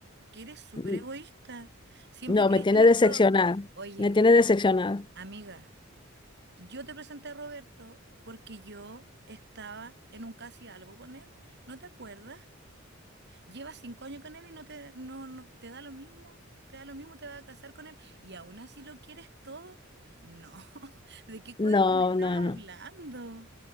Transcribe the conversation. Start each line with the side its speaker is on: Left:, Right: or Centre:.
Right: que eres súper
Left: Mm,
Right: egoísta? Siempre
Left: No,
Right: quieres
Left: me tiene
Right: tener
Left: decepcionada.
Right: todo. Oye,
Left: Me
Right: mira,
Left: tiene decepcionada.
Right: amiga, yo te presenté a Roberto porque yo estaba en un casi algo con él. ¿No te acuerdas? Llevas cinco años con él y no te, no, no- te da lo mismo. Te da lo mismo, te vas a casar con él y aún así lo quieres todo. No, <laughs> ¿de qué código
Left: No,
Right: me estás
Left: no,
Right: hablando?
Left: no.